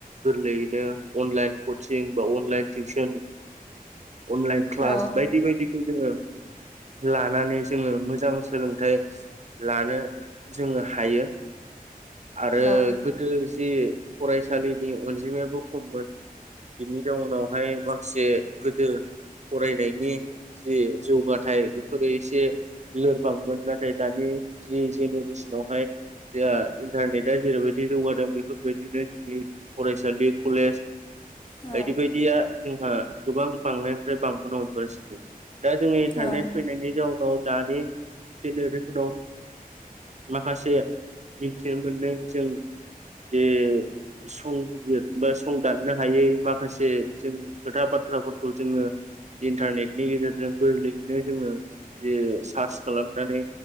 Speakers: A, on the right; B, on the left.
A: गोरलैयैनो अनलाइन कचिं बा अनलाइन तियसन अनलाइन क्लास
B: औ
A: बायदि बायदिखौ जोङो
B: <unintelligible>
A: लानानै जोङो मोजां सोलोंथाइ लानो जोङो हायो। आरो
B: औ औ
A: गोदो जि फरायसालिनि अनजिमायाबो खममोन बिनि जाउनावहाय माखासे गोदो फरायनायनि जि जौगाथाइ बेफोरो एसे लोरबांमोन नाथाय दानि जि जेनेरेसनावहाय जोंहा इन्टारनेटआ जेरैबायदि जौगादों बेफोरबायदिनो जोंनि फरायसालि, कलेज
B: औ
A: बायदि बायदिया जोंहा गोबां बांनायनिफ्राय बांबोनो हमगासिनो। दा जोङो इन्टारनेट
B: औ
A: फैनायनि जाउनाव दानि जेनेरेसनाव माखासे मिथिनो मोननाय जों जे संबिजिर बा संदाननो हायै माखासे जों खोथा बाथ्राफोरखौ जोङो इन्टारनेटनि गेजेरजों गोरलैयैनो जोङो जे सार्च खालामनानै